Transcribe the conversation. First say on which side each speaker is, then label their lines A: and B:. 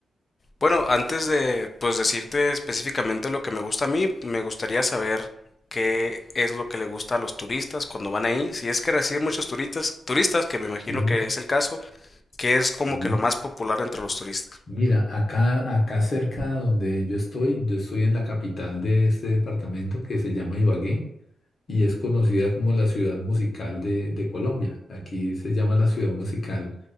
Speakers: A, on the left (about 40°); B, on the left (about 55°).
A: Bueno, antes de pues decirte específicamente lo que me gusta a mí, me gustaría saber qué es lo que le gusta a los turistas cuando van ahí. Si es que reciben muchos turistas, turistas, que me imagino
B: Sí,
A: que es el caso, que es
B: sí.
A: como que lo más popular entre los turistas.
B: Mira, acá, acá cerca donde yo estoy, yo estoy en la capital de este departamento que se llama Ibagué y es conocida como la ciudad musical de, de Colombia. Aquí se llama la ciudad musical